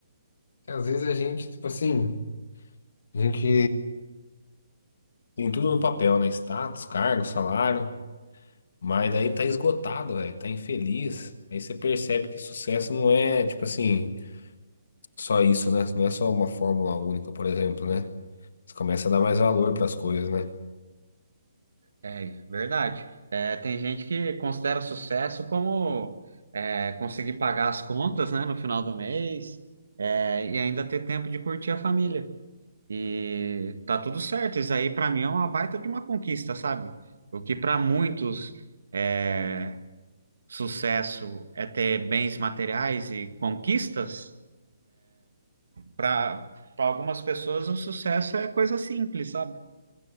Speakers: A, on the left; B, on the right.
A: Às vezes a gente, tipo assim, a gente tem tudo no papel, né? Status, cargo, salário, mas daí tá esgotado, velho, tá infeliz. Aí você percebe que sucesso não é, tipo assim, só isso, né? Não é só uma fórmula única, por exemplo, né? Você começa a dar mais valor pras coisas, né?
B: É verdade. É, tem gente que considera sucesso como é, conseguir pagar as contas, né, no final do mês, é, e ainda ter tempo de curtir a família. E tá tudo certo. Isso aí, pra mim, é uma baita de uma conquista, sabe? O que pra muitos é, sucesso é ter bens materiais e conquistas, para para algumas pessoas o sucesso é coisa simples, sabe?